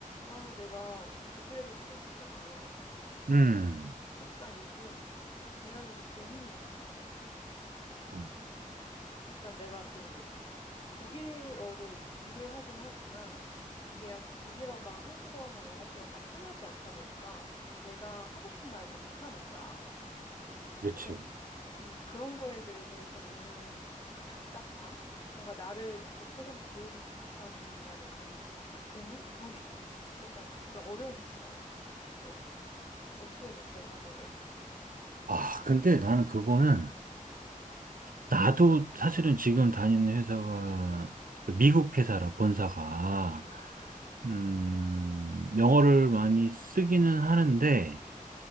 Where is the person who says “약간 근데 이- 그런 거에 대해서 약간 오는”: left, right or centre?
Left